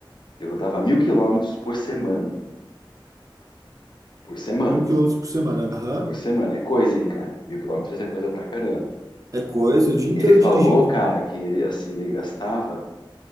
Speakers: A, on the left; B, on the right.
A: ele rodava mil quilômetros por semana. Por semana.
B: Mil quilômetros por semana, aham.
A: Por semana. É coisa, hein, cara? Mil quilômetros é coisa pra caramba.
B: É coisa, o dia inteiro
A: Ele falou,
B: dirigindo.
A: cara, que ele, assim, ele gastava